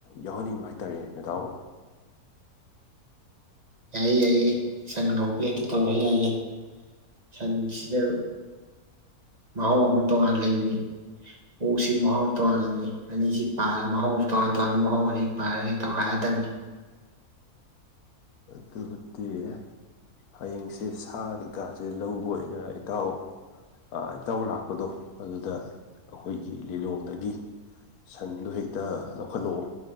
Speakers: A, on the left; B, on the right.
A: ꯌꯥꯎꯍꯟꯅꯤꯡꯕ ꯍꯥꯏꯇꯥꯔꯦ ꯅꯦꯗꯥꯎꯅ
B: ꯌꯥꯏꯌꯦ ꯌꯥꯏꯌꯦ ꯏꯁꯟ ꯉꯈ ꯍꯛꯇ ꯇꯧꯔꯦ ꯌꯥꯏꯌꯦ ꯁꯟꯁꯤꯗ ꯃꯍꯥꯎ ꯑꯃ ꯇꯣꯉꯥꯟꯅ ꯂꯩꯕꯅꯤ ꯑꯣꯛꯁꯤ ꯃꯍꯥꯎ ꯇꯉꯜꯔꯕꯃꯤ ꯑꯅꯤꯁꯤ ꯄꯥꯔꯒ ꯃꯍꯥꯎ ꯇꯣꯉꯥꯟ ꯇꯣꯉꯥꯟꯥꯟꯕ ꯃꯍꯥꯎ ꯑꯅꯤ ꯄꯥꯏꯔꯒ ꯇꯧꯈꯥꯏꯔꯗꯕꯅꯤ
A: ꯑꯗꯨꯠꯇ ꯀꯠꯇꯔꯤꯦ ꯍꯌꯦꯡꯁꯦ ꯁꯥꯒꯤ ꯒꯥꯥꯁꯦ ꯂꯧꯕ ꯑꯣꯏꯅ ꯏꯇꯥꯎ ꯏꯇꯥꯎ ꯂꯥꯛꯄꯗꯣ ꯑꯗꯨꯗ ꯑꯩꯈꯣꯏꯒꯤ ꯂꯤꯂꯣꯡꯗꯒꯤ ꯁꯟꯗꯣ ꯍꯦꯛꯇ ꯂꯧꯈꯠꯂꯛꯑꯣ